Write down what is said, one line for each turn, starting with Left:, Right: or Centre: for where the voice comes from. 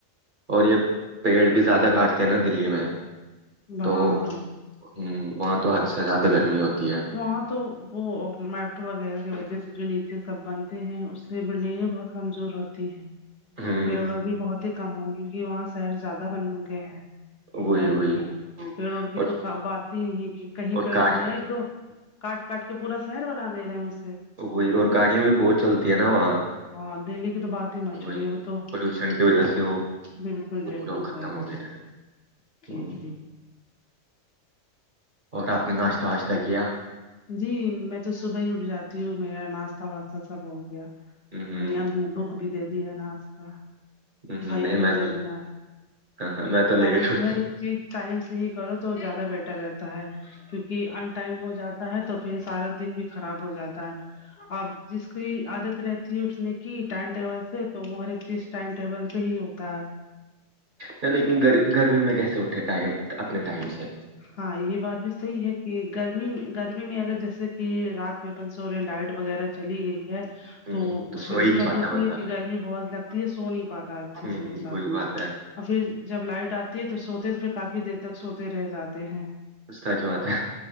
Right: اور یہ پیڑ بھی زیادہ کاٹتے ہیں نا دلی میں
Left: ہاں
Right: تو
Left: ہاں
Right: ہوں وہاں تو حد سے زیادہ گرمی ہوتی ہے
Left: وہاں تو وہ میٹرو وغیرہ کی وجہ سے جو نیچے سب بند ہیں اس سے بلڈنگیں بہت کمزور ہوتی ہے
Right: ہ
Left: اور پیڑوں بھی بہت ہی کم ہ کیوںکہ وہاں شہر زیادہ بن گئے ہیں
Right: وہی
Left: شہر
Right: وہی
Left: کی پیڑوںڑ کی
Right: اور
Left: تو کا بات ہی نہیں ہے کہ کہیں
Right: اور
Left: پیڑ
Right: گاڑیاں
Left: دئے ایک دو کاٹ کاٹ کے پورا شہر بنا دے رہے ہیں اسے
Right: وہئی اور گاڑیاں بھی بہت چلتی ہیں نا وہاں
Left: ہاں دہلی کی تو بعات
Right: وہی
Left: چوڑی وہ تو
Right: پولوشن کی وجہ سے وہ
Left: بالکل بالکل
Right: پورا ختم
Left: صحی
Right: ہو
Left: بولے
Right: گیا ہے
Left: جی
Right: ہوں،
Left: جی
Right: اور آپ نے ناشتہ واشتہ کیا
Left: جی میں تو صبح ہی اٹھ جاتی ہوں میرا ناشتہ واشہ سب ہو گیا
Right: ہ ہ
Left: میں نے امی ابو کو بی دے دیا ہے ناشتہ
Right: نہیں
Left: بھائیوں کو
Right: میں
Left: بھی دے
Right: تو
Left: دینا
Right: ہاں ہاں میں تو لیٹ
Left: ٹائم
Right: اٹھ
Left: سے ہےر چی ٹائم سے ہی کرو تو زیادہ بیٹر رہتا ہے کیونکہ ان ٹائم ہو جاتا ہے تو پھر سارا دن بھی خراب ہو جاتا ہے اب جس کی عادت رہتی ہے اٹھنے کی ٹائم ٹیبل سے تو وہ ہر ایک چیز ٹائم ٹیبل سے ہی ہوتا ہے
Right: نہیں لیکن گ گرمی میں کیسے اٹھے ٹائم اپنے ٹائم سے
Left: ہاں یہ بات بھی صحیح ہے کہ گرمی میں گرمی میں اگر جیسے کہ رات میں اپن سوورے لائٹ وغیرہ چلی گئی ہے
Right: ہوں
Left: تو اس
Right: سو
Left: میں
Right: ہی
Left: دقت
Right: نہیں پاتا
Left: ہوتی
Right: بندہ
Left: ہے کہ گرمی بہت لگتی ہے سو نہیں پاتا اچھے
Right: ہوں
Left: سے انسان
Right: وہی بات ہے
Left: اور پھر جب لائٹ آتی ہے تو سوتے تو پھر کافی دیر تک سوتے رہ جاتے ہیں
Right: اسستاچ بات ہے